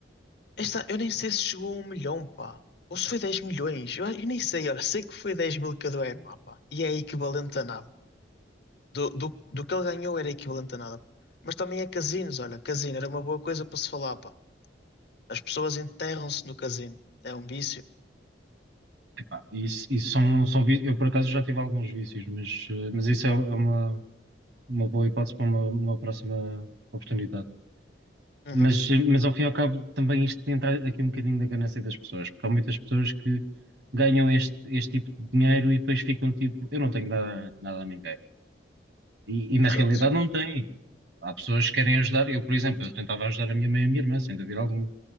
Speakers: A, on the left; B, on the right.
A: esta, eu nem sei se chegou a um milhão, pá. Ou se foi 10 milhões, eu, eu nem sei, olha, sei que foi 10 mil cada irmã, pá, e é equivalente a nada. Do, do, do que ele ganhou era equivalente a nada. Mas também é casinos, olha, casino era uma boa coisa para se falar, pá. As pessoas enterram-se no casino. É um vício.
B: Epá, isso, isso são, são vícios. Eu por acaso já tive alguns vícios, mas, eh, mas isso é, é uma, uma boa hipótese para uma, uma próxima oportunidade.
A: Uhum,
B: Mas, mas ao fim e ao cabo também isto entra aqui um bocadinho da ganância das pessoas, porque há muitas pessoas que ganham este, este tipo de dinheiro e depois ficam tipo, eu não tenho nada, nada a ninguém. E, e na
A: exato.
B: realidade não têm. Há pessoas que querem ajudar, eu, por exemplo, eu tentava ajudar a minha mãe e a minha irmã, sem dúvida alguma.